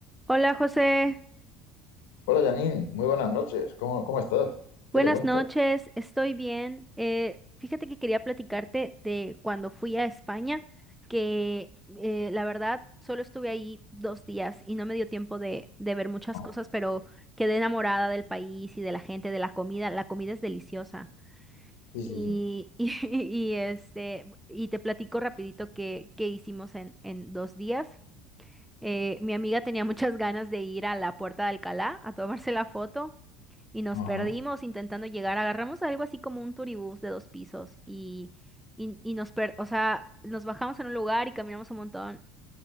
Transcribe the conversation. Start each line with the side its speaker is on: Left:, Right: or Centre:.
Centre: Hola José,
Left: Hola Janine, muy buenas noches. ¿Cómo, cómo estás?
Centre: buenas
Left: ¿Qué te cuentas?
Centre: noches, estoy bien. Eh, fíjate que quería platicarte de cuando fui a España, que eh, la verdad solo estuve ahí dos días y no me dio tiempo de, de ver muchas
Left: Ah,
Centre: cosas, pero quedé enamorada del país y de la gente, de la comida. La comida es deliciosa.
Left: sí, sí,
Centre: Y,
Left: sí.
Centre: <laughs> y, y, este, y te platico rapidito qué, qué hicimos en, en dos días. Eh, mi amiga tenía muchas ganas de ir a la Puerta de Alcalá a tomarse la foto. y nos
Left: Ajá.
Centre: perdimos intentando llegar. Agarramos algo así como un turibús de dos pisos y, y, y nos per- o sea, nos bajamos en un lugar y caminamos un montón